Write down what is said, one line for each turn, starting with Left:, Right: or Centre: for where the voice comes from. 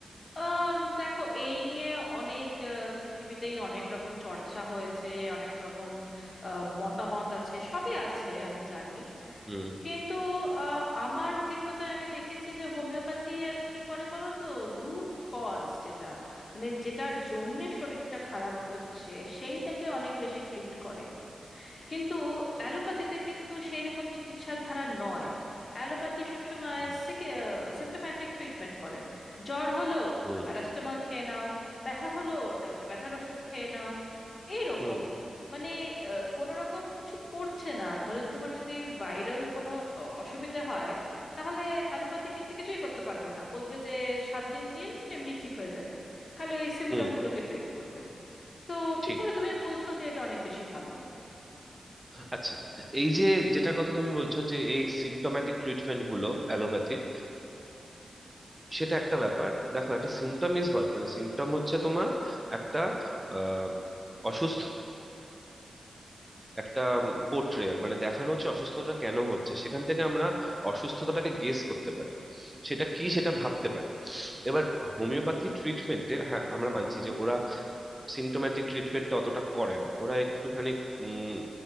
Left: আহ, দেখো এই নিয়ে অনেক আহ, পৃথিবীতেই অনেক রকম চর্চা হয়েছে অনেক রকম আহ, মতামত আছে সবই আছে আমি জানি
Right: হুম
Left: কিন্তু আহ, আমার অভিজ্ঞতায় আমি দেখেছি যে হোমিওপ্যাথি কি করে বলো তো রুট কজ যেটা মানে যেটার জন্যে শরীরটা খারাপ হচ্ছে সেইটাকে অনেক বেশি ট্রিট করে কিন্তু অ্যালোপ্যাথিতে কিন্তু সেই রকম চিকিৎসার ধারা নয় অ্যালোপ্যাথি সবসময়
Right: হুম
Left: সিমটোম্যাটিক ট্রিটমেন্ট করে জ্বর হলো
Right: হুম
Left: তো প্যারাসিটামল খেয়ে নাও ব্যথা হলো তো একটা ব্যথার ওষুধ খেয়ে নাও এইরকম
Right: হুম
Left: মানে কোন রকম কিছু করছে না ধরো তোমার যদি ভাইরাল কোনো অ, অসুবিধা হয় তাহলে অ্যালোপ্যাথি কিন্তু কিছুই করতে পারবে না বলবে যে সাত দিন দিন এমনি ঠিক হয়ে যাবে খালি ওই সিমটম
Right: হুম
Left: গুলোকে ট্রিট করবে তো কি
Right: ঠিক
Left: করে তুমি বলছো যে এটা অনেক বেশি ভালো
Right: আচ্ছা এই যে যেটার কথা তুমি বলছো যে এই সিমটোম্যাটিক ট্রিটমেন্ট গুলো অ্যালোপ্যাথির সেটা একটা ব্যাপার দেখো একটা সিম্পটম ইজ হোয়াট মানে সিম্পটম হচ্ছে তোমার একটা আহ, অসুস্থতার একটা পোর্ট্রেয়াল মানে দেখানো হচ্ছে অসুস্থতা কেন হচ্ছে সেখান থেকে আমরা অসুস্থতাটাকে গেস করতে পারি সেটা কি সেটা ভাবতে পারি এবার হোমিওপ্যাথি ট্রিটমেন্টে হ্যাঁ আমরা মানছি যে ওরা সিমটোম্যাটিক ট্রিটমেন্টটা অতটা করে না ওরা একটুখানি উম,